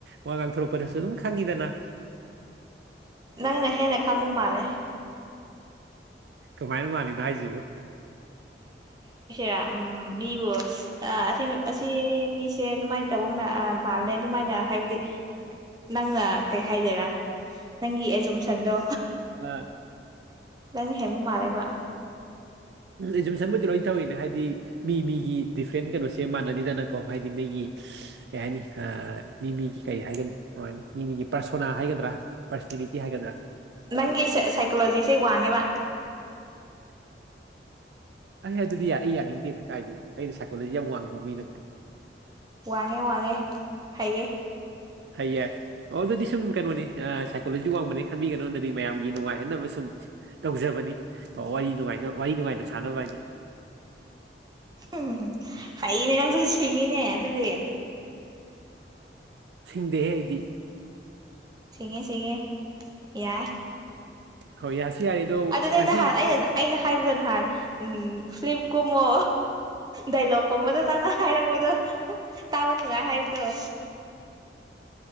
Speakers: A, on the right; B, on the right.
A: ꯋꯥ ꯉꯥꯡꯊꯣꯔꯛꯄꯗꯁꯨ ꯑꯗꯨꯝ ꯈꯪꯉꯤꯗ ꯀꯅ
B: ꯅꯪꯅ ꯍꯦꯟꯅ ꯈꯪꯕ ꯃꯥꯜꯂꯦ
A: ꯀꯃꯥꯏꯅ ꯃꯥꯜꯂꯤꯅꯣ ꯍꯥꯏꯁꯤꯕꯣ
B: ꯔ ꯎꯝ ꯃꯤꯕꯨ ꯑ ꯁꯤ ꯑꯁꯤ ꯃꯤꯁꯦ ꯑꯗꯨꯃꯥꯏꯅ ꯇꯧꯕ ꯃꯥꯜꯂꯦ ꯑꯗꯨꯃꯥꯏꯅ ꯍꯥꯏꯕꯗꯤ ꯅꯪꯅ ꯀꯩ ꯍꯥꯏꯥꯏꯗꯦꯔꯥ ꯅꯪꯒꯤ ꯑꯦꯖꯨꯝꯁꯟꯗꯣ
A: ꯑ
B: ꯅꯅꯤ ꯍꯦꯃ ꯃꯥꯔꯦꯕ
A: ꯎꯝ ꯑꯦꯖꯨꯝꯁꯟꯕꯨꯗꯤ ꯂꯣꯏ ꯊꯧꯋꯤꯅꯦ ꯍꯥꯏꯗꯤ ꯃꯤ ꯃꯤꯒꯤ ꯗꯤꯐ꯭ꯔꯦꯟ ꯀꯩꯅꯣꯁꯦ ꯃꯥꯟꯅꯅꯤꯗꯅꯀꯣ ꯍꯥꯏꯗꯤ ꯃꯤꯒꯤ ꯀꯩ ꯍꯥꯏꯅꯤ ꯃꯤꯃꯤꯒꯤ ꯀꯩ ꯍꯥꯏꯒꯅꯤ ꯃꯤꯃꯤꯒꯤ ꯄꯔꯁꯣꯅꯥ ꯍꯥꯏꯒꯗ꯭ꯔꯥ ꯔꯤ ꯍꯥꯏꯒꯗ꯭ꯔꯥ
B: ꯅꯪꯒꯤ ꯁꯥꯏꯀꯣꯂꯣꯖꯤꯁꯦ ꯋꯥꯡꯉꯦꯕ
A: ꯑꯩꯗꯤ ꯌꯥꯏ ꯑꯩ ꯌꯥꯅꯤꯡꯗꯦ ꯀꯥꯏꯗꯦ ꯑꯩꯩꯅ ꯁꯥꯏꯀꯣꯂꯣꯖꯤ ꯌꯥꯝ ꯋꯥꯡꯕ ꯃꯤ ꯅꯠꯇꯦ
B: ꯋꯥꯡꯉꯦ ꯋꯥꯡꯉꯦ ꯍꯩꯌꯦ
A: ꯍꯩ ꯌꯥꯏ ꯑꯣ ꯑꯗꯨꯗꯤ ꯁꯨꯝ ꯀꯩꯅꯣꯅꯤ ꯁꯥꯏꯀꯣꯂꯣꯖꯤ ꯋꯥꯡꯕꯅꯤ ꯈꯟꯕꯤꯒꯅꯣꯗꯗꯤ ꯃꯌꯥꯝꯒꯤ ꯅꯨꯡꯉꯥꯏꯍꯟꯅꯕ ꯁꯨꯝ ꯇꯧꯖꯕꯅꯤ ꯀꯣ ꯋꯥꯔꯤ ꯅꯨꯡꯉꯥꯏꯅ ꯋꯥꯔꯤ ꯅꯨꯡꯉꯥꯏꯅ ꯁꯥꯟꯅꯕ ꯍꯥꯏꯅ
B: ꯎꯝ ꯍꯅꯦ ꯅꯪꯁꯨ ꯑꯩ ꯁꯤꯡꯉꯤꯅꯦ ꯑꯗꯨꯗꯤ
A: ꯁꯤꯡꯗꯦꯍꯦ ꯍꯥꯏꯗꯤ
B: ꯁꯤꯉꯦ ꯁꯤꯉꯦ ꯌꯥꯏ
A: ꯍꯣꯏ ꯌꯥꯁꯨ ꯌꯥꯔꯦ ꯑꯗꯣ
B: ꯑꯗꯨꯗ
A: ꯉꯁꯤ
B: ꯑ ꯅꯍꯥꯟ ꯑꯩꯅ ꯑꯩꯅ ꯍꯥꯏꯕꯗꯣ ꯊꯥꯔꯦ ꯎꯝ ꯐꯤ ꯀꯨꯝꯕꯣ ꯗꯥꯏꯂꯣꯛꯀꯨꯝꯕꯗꯣ ꯅꯪꯅ ꯍꯥꯏꯔꯛꯄꯗꯣ ꯇꯥꯕꯅꯤꯒ ꯍꯥꯏꯗꯨꯣ